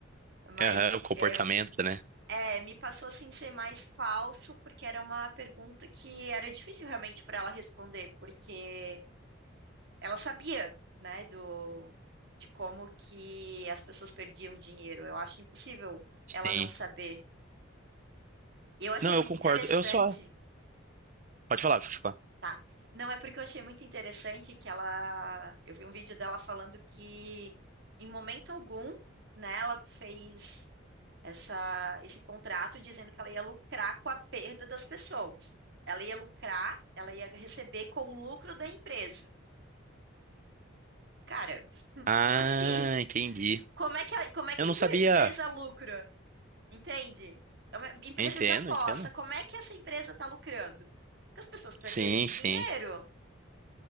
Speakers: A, on the right; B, on the right.
A: Mas
B: Aham, o comportamento,
A: é, eu
B: né?
A: É, me passou assim ser mais falso, porque era uma pergunta que era difícil realmente para ela responder, porque ela sabia, né, do de como que as pessoas perdiam dinheiro. Eu acho impossível
B: Sim.
A: ela não saber. Eu achei
B: Não,
A: muito
B: eu concordo.
A: interessante,
B: Eu só. Pode falar, pode falar.
A: tá? Não é porque eu achei muito interessante que ela, eu vi um vídeo dela falando que em momento algum, né, ela fez essa, esse contrato dizendo que ela ia lucrar com a perda das pessoas. Ela ia lucrar, ela ia receber com o lucro da empresa. Cara,
B: Ah,
A: como assim?
B: entendi.
A: Como é que a, como é que
B: Eu
A: a
B: não
A: empre-
B: sabia.
A: empresa lucra? Entende? É uma empresa
B: Entendo,
A: de aposta.
B: entendo.
A: Como é que essa empresa está lucrando? Com as pessoas perdendo
B: Sim,
A: dinheiro?
B: sim.